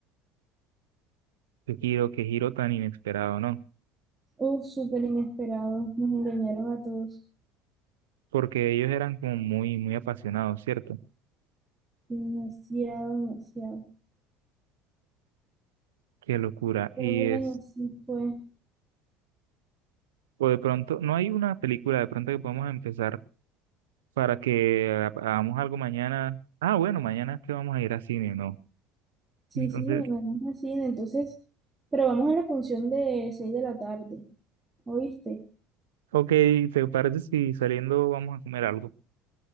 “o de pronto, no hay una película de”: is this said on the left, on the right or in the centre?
Right